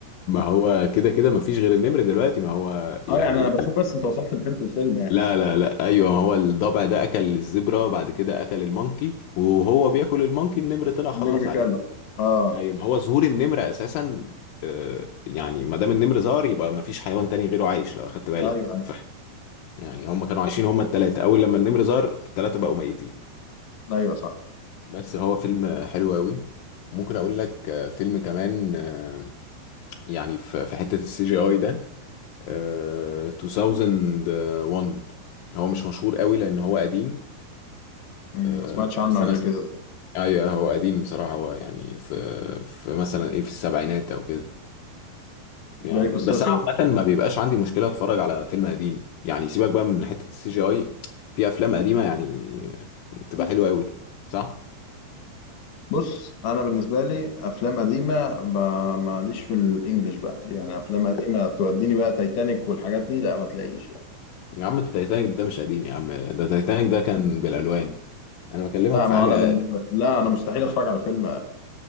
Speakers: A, on the left; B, on the left.
A: ما هو كده كده ما فيش غير النمر دلوقتي ما هو يعني
B: اه يعني انا بشوف بس انت وصلت لفين في الفيلم يعني
A: لا لا لا ايوه هو الضبع ده اكل الزبرة بعد كده اكل المونكي وهو بياكل المونكي النمر طلع خلص
B: النمر
A: عليه
B: كله اه
A: ايوه ما هو ظهور النمر اساسا آه، يعني ما دام النمر ظهر يبقى ما فيش حيوان تاني غيره عايش لو اخدت بالك
B: ايوه ايوه
A: ف يعني هم كانوا عايشين هم التلاتة اول لما النمر ظهر التلاتة بقوا ميتين
B: أيوة، صح
A: بس هو فيلم حلو قوي ممكن اقول لك آه، فيلم كمان آه، يعني في في حتة السي جي اي ده آه، 2001 هو مش مشهور قوي لان هو قديم
B: أمم،
A: آه،
B: ما سمعتش عنه
A: بس
B: قبل
A: انا
B: كده ده
A: ايوه هو قديم بصراحه هو يعني في في مثلا ايه في السبعينات او كده يعني
B: ده ايه قصته
A: بس انا
B: ده
A: عامه ما بيبقاش عندي مشكله اتفرج على فيلم قديم يعني سيبك بقى من حته السي جي اي في افلام قديمه يعني بتبقى حلوه قوي صح
B: بص انا بالنسبه لي افلام قديمه ب- ماليش في الانجليش بقى يعني افلام قديمه توديني بقى تايتانيك والحاجات دي لا ما تلاقيش يعني
A: يا عم التايتانيك ده مش قديم يا عم ده التايتانيك ده كان بالالوان انا بكلمك
B: لا
A: في
B: ما
A: حاجه
B: انا بالنسبه
A: أقل.
B: لي لا انا مستحيل اتفرج على فيلم